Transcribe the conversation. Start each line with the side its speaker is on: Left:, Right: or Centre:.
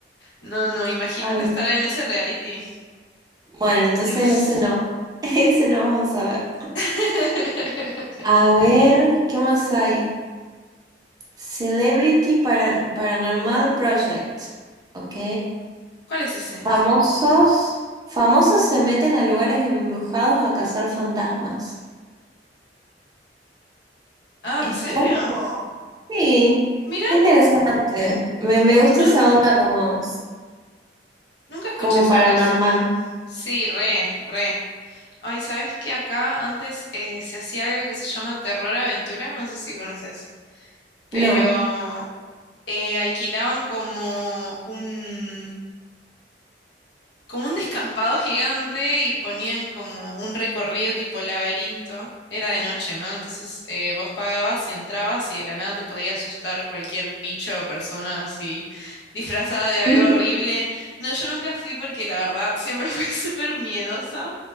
Left: No, no, imagínate
Right: Ay,
Left: estar en ese reality.
Right: bueno, entonces
Left: Dios.
Right: ese no, <laughs> ese no vamos a ver.
Left: <laughs>
Right: A ver, ¿qué más hay? Celebrity para, Paranormal Project, ¿ok?
Left: ¿Cuál es ese?
Right: Famosos, famosos se meten a lugares embrujados a cazar fantasmas.
Left: Ah,
Right: Está
Left: ¿en serio?
Right: como, sí,
Left: Mira,
Right: está interesante. Me, me
Left: no,
Right: gusta esa onda como,
Left: nunca escuché
Right: como
Left: sobre
Right: paranormal.
Left: eso. Sí, re, re. Ay, ¿sabes que acá antes eh, se hacía algo que se llama Terror Aventura? No sé si conoces, pero
Right: No.
Left: eh, alquilaban como un, como un descampado gigante y ponían como un recorrido tipo laberinto. Era de noche, ¿no? Entonces eh, vos pagabas y entrabas y de la nada te podía asustar cualquier bicho o persona así disfrazada de algo
Right: <laughs>
Left: horrible. No, yo nunca fui porque la verdad siempre fui <laughs> súper miedosa.